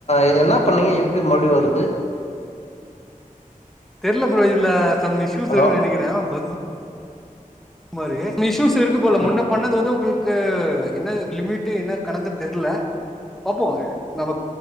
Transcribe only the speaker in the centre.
தெர்ல ப்ரோ இதுல சம் இஷ்யூஸ்
இருக்குதுன்னு நெனக்குறே பக் மா இஷ்யூஸ் இருக்கு போல முன்ன
பண்ணது
வந்து ஒங்களுக்கு என்ன லிமிட்டு என்ன கணக்கு தெர்ல பாப்போ நம்ம